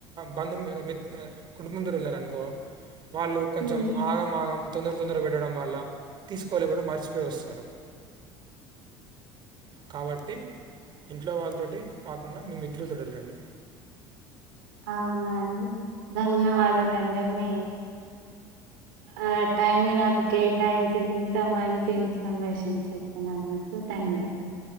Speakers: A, on the right; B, on the right.
A: బంధు మిత్ కుటుంబంతో వెళ్ళారు అనుకో వాళ్ళు కొంచెం
B: మ్మ్
A: ఆగం ఆగం తొందర తొందర పెట్టడం వల్ల తీసుకోలేకుండా మర్చిపోయి వస్తారు కాబట్టి ఇంట్లో వాళ్ళతోటి కాకుండా మీ మిత్రులతో వెళ్ళండి
B: అవునవును ధన్యవాదలండి మీ ఆ టైమ్ నాకు కేటాయించి ఇంత మంచి ఇన్ఫర్మేషన్ చెప్పినందుకు మీకు థ్యాంక్ న్యదాలు